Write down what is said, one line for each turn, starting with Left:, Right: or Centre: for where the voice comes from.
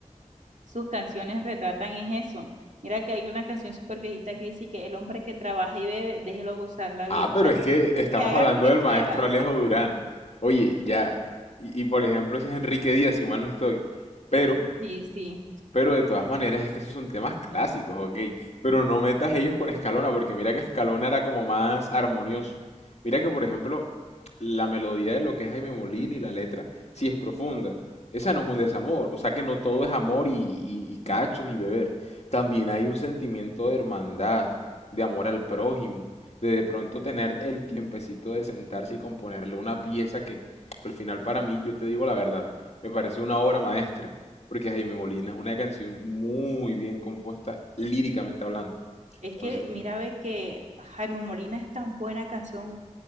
Right: sus canciones retratan es eso. Mira que hay una canción súper viejita que dice que el hombre que trabaja y bebe, déjelo gozar la
Left: Ah,
Right: vida.
Left: pero
Right: O sea,
Left: es que estamos
Right: que haga
Left: hablando
Right: lo que
Left: del
Right: quiera.
Left: maestro Alejo Durán. Oye, ya. Y, y por ejemplo, ese es Enrique Díaz, si mal no estoy. Pero
Right: Sí, sí.
Left: Pero de todas maneras, es que esos son temas clásicos, ok. Pero no metas ellos con Escalona, porque mira que Escalona era como más armonioso. Mira que, por ejemplo, la melodía de lo que es Jaime Molina y la letra, sí es profunda. Esa no es un desamor. O sea que no todo es amor y, y- y cachos y beber. También hay un sentimiento de hermandad, de amor al prójimo, de de pronto tener el tiempecito de sentarse y componerle una pieza que al final para mí, yo te digo la verdad, me parece una obra maestra porque Jaime Molina es una canción muy bien compuesta líricamente hablando.
Right: Es
Left: Entonces,
Right: que mira, ve que Jaime Molina es tan buena canción